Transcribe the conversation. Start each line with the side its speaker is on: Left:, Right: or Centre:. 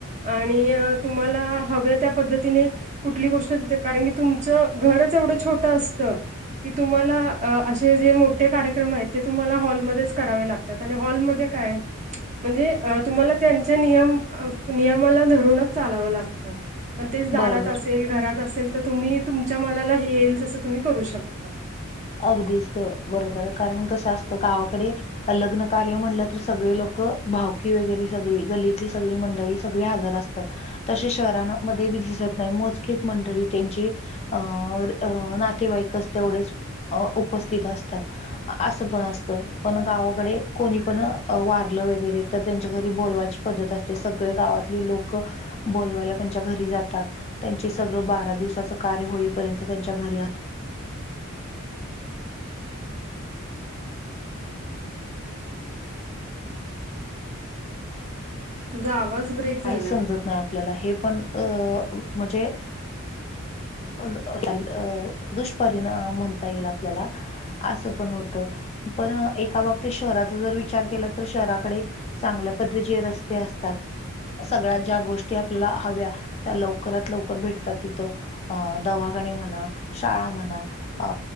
Right: आणि तुम्हाला हव्या त्या पद्धतीने कुठली गोष्ट तिथं कारण की तुमचं घरच एवढं छोटं असतं की तुम्हाला अ असे जे मोठे कार्यक्रम आहेत ते तुम्हाला हॉलमध्येच करावे लागतात आणि हॉलमध्ये काय म्हणजे अ तुम्हाला त्यांच्या नियम अ नियमाला धरूनच चालावं लागतं. पण तेच दारात
Left: बरोबर
Right: असेल, घरात असेल, तर तुम्ही तुमच्या मनाला हे येईल तसं तुम्ही करू शकता.
Left: अगदीच ग बरोबर कारण कसं असतं गावाकडे लग्न कार्य म्हणलं तर सगळे लोक भावकी वगैरे सगळी गल्लीतली सगळी मंडळी सगळे हजर असता तसे शहरांनं मध्ये बी दिसत नाय मोजकेच मंडळी त्यांचे अ अ नातेवाईकच तेवढेच अ उपस्थित असतात. अ असं पण असत पण गावाकडे कोणी पण वारलं वगैरे त त्यांच्या घरी बोलवाची पद्धत असते सगळे गावातली लोक बोलवायला त्यांच्या घरी जातात त्यांचे सगळं बारा दिवसाच कार्य होईपर्यंत त्यांच्या घरी
Right: तुझा आवाज ब्रेक
Left: काहीच
Right: झालाय
Left: समजत नाय आपल्याला हे पण अ मजे अ <unintelligible> अ दुष्परिणाम म्हणता येईल आपल्याला असं पण होत पण एका बाबतीत शहराचा जर विचार केला तर शहराकडे चांगल्या पद्धतीचे रस्ते असतात. सगळ्या ज्या गोष्टी आपल्याला हव्या त्या लवकरात लवकर भेटतात तिथं. अ दवाखाने म्हणा शाळा म्हणा अ